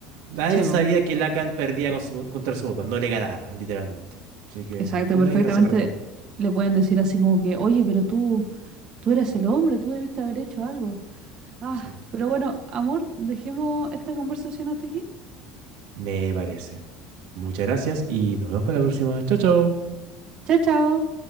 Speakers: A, on the right; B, on the right.
A: Nadie
B: sebo.
A: sabía que Lacan perdía con su- contra su papá, no le ganaba, literalmente. Así que
B: Exacto,
A: fue
B: perfectamente
A: una desgracia para todos.
B: le pueden decir así como que, oye, pero tú, tú eres el hombre, tú debiste haber hecho algo. Ah,
A: Exacto.
B: pero bueno, amor, dejemos esta conversación hasta aquí.
A: Me parece. Muchas gracias y nos vemos para la próxima. Chao, chao.
B: Chao, chao.